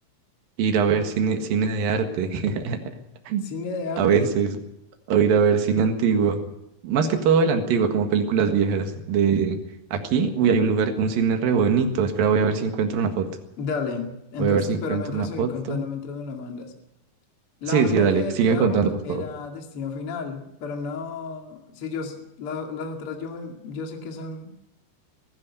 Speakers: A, on the right; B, on the left.
A: ir a ver cine, cine de arte. <laughs>
B: cine de arte.
A: A veces. O ir a ver cine antiguo. Más que todo el antiguo, como películas viejas. De aquí, uy, hay un lugar, un cine re bonito. Espera, voy a ver si encuentro una foto.
B: Dale, entonces
A: Voy a ver si
B: te espero
A: encuentro
B: mientras
A: una foto.
B: voy contando, mientras me la mandas. La
A: Sí,
B: única
A: sí, dale.
B: que
A: Sígueme
B: quedaba
A: contando, por
B: era
A: favor.
B: Destino Final, pero no, si yo, s- la- las otras yo, me- yo sé que son